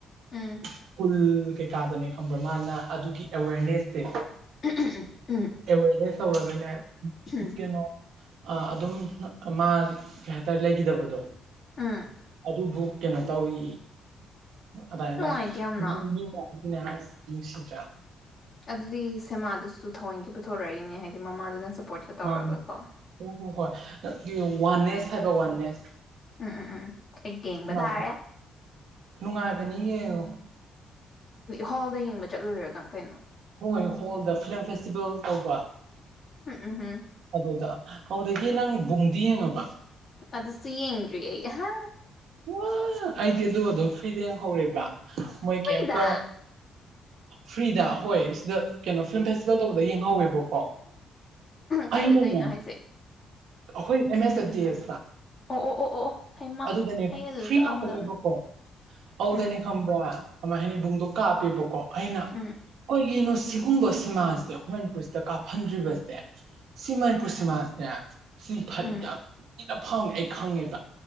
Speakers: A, on the left; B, on the right.
A: ꯎꯝ
B: ꯁ꯭ꯀꯨꯜ ꯀꯩꯀꯥꯗꯅꯦ ꯈꯪꯕ꯭ꯔ ꯃꯥꯅ ꯑꯗꯨꯒꯤ ꯑꯦꯋꯦꯔꯅꯦꯁ
A: ꯎꯝ ꯎꯝ
B: ꯑꯦꯋꯦꯔꯅꯦꯁ ꯇꯧꯔꯒꯅꯦ
A: ꯎꯝ
B: ꯀꯦꯅꯣ ꯑ ꯑꯗꯨꯝ ꯃꯥ ꯀꯩ ꯍꯥꯏꯇꯥꯔꯦ ꯂꯩꯈꯤꯗꯕꯗꯣ
A: ꯎꯝ
B: ꯑꯗꯨꯕꯨ ꯀꯩꯅꯣ ꯇꯧꯋꯤ ꯑꯗꯥꯏꯅ
A: ꯅꯨꯡꯉꯥꯏꯇꯦ ꯌꯥꯝꯅ
B: ꯃꯤ <unintelligible> ꯅꯦ ꯍꯥꯏ ꯅꯨꯡꯁꯤꯗ꯭ꯔꯥ
A: ꯑꯗꯨꯗꯤ ꯁꯦꯃꯥꯗꯨꯁꯨ ꯊꯋꯣꯏꯀꯤ ꯄꯨꯊꯣꯔꯛꯏꯅꯦ ꯍꯥꯏꯗꯤ ꯃꯃꯥꯗꯨꯅ ꯁꯞꯄꯣꯔꯠꯀ ꯇꯧꯔꯒ
B: ꯃꯥꯅꯤ
A: ꯀꯣ
B: ꯍꯣ ꯍꯣ ꯍꯣꯏ ꯋꯥꯟꯅꯦꯁ ꯍꯥꯏꯕ ꯋꯥꯟꯅꯦꯁ
A: ꯎꯝ ꯎꯝ ꯎꯝ ꯑꯩ ꯌꯦꯡꯕ
B: ꯅꯨꯉꯥꯏꯕ꯭ꯔ
A: ꯇꯥꯔꯦ
B: ꯅꯨꯡꯉꯥꯏꯕꯅꯤ ꯌꯦꯡꯉꯣ
A: ꯍꯣꯜꯗ ꯌꯦꯡꯕ ꯆꯠꯂꯨꯔꯤꯔ ꯗꯪ ꯀꯩꯅꯣ
B: ꯍꯣꯏ ꯍꯣꯜꯗ ꯐꯤꯂꯝ ꯐꯦꯁꯇꯤꯚꯦꯜ ꯇꯧꯕ
A: ꯎꯝ ꯍꯝ
B: ꯑꯗꯨꯗ ꯑꯗꯨꯗꯒꯤ ꯅꯪ ꯕꯨꯡꯗꯤ ꯌꯦꯡꯉꯕ
A: ꯑꯗꯨꯁꯨ ꯌꯦꯡꯗ꯭ꯔꯤ ꯑꯩ ꯍꯥ
B: ꯋꯥ ꯑꯩꯗꯤ ꯑꯗꯣ ꯑꯗꯨꯝ ꯐ꯭ꯔꯤꯗ ꯌꯦꯡꯍꯧꯔꯦꯕ ꯃꯣꯏ
A: ꯐ꯭ꯔꯤꯗ
B: ꯀꯩꯝꯇ ꯐ꯭ꯔꯤꯗ ꯍꯣꯏ ꯁꯤꯗ ꯀꯩꯅꯣ ꯐꯤꯂꯝ ꯐꯦꯁꯇꯤꯚꯦꯜ ꯇꯧꯕ ꯕ ꯌꯦꯡꯍꯧꯋꯦꯕꯀꯣ
A: ꯀꯥꯏꯗ
B: ꯑꯩꯅꯅꯦ
A: ꯇꯧꯔꯤꯅꯣ ꯍꯥꯏꯁꯦ
B: ꯑꯩꯈꯣꯏ ꯑꯦꯝ ꯑꯦꯁ ꯑꯦꯐ ꯗꯤ ꯑꯦꯁ ꯇ
A: ꯑꯣ ꯑꯣ ꯑꯣ ꯑꯣ ꯍꯩꯃ
B: ꯑꯗꯨꯗꯅꯦ
A: ꯑꯩ ꯑꯗꯨꯗ
B: ꯐ꯭ꯔꯤ
A: ꯆꯠꯂꯝꯒꯗꯕꯅꯤ
B: ꯉꯥꯛꯇꯅꯦꯕꯀꯣ ꯑꯗꯨꯗꯅꯦ
A: ꯎꯝ
B: ꯈꯪꯕ꯭ꯔꯥ ꯀꯃꯥꯏ ꯍꯥꯏꯅꯤ ꯕꯨꯡꯗꯣ ꯀꯥꯞꯄꯦꯕꯀꯣ ꯑꯩꯅ
A: ꯎꯝ
B: ꯀꯩꯒꯤꯅꯣ ꯁꯤꯒꯨꯝꯕ ꯁꯤꯃꯥꯁꯦ ꯑꯩꯈꯣꯏ ꯃꯅꯤꯄꯨꯔꯁꯤꯗ ꯀꯥꯞꯍꯟꯗ꯭ꯔꯤꯕꯁꯦ ꯁꯤ ꯃꯅꯤꯄꯨꯔ ꯁꯤꯃꯥꯁꯦ ꯁꯤ
A: ꯎꯝ
B: ꯌꯥꯝ ꯊꯤꯅ ꯐꯥꯎꯅꯤ ꯑꯩ ꯈꯪꯉꯦꯕ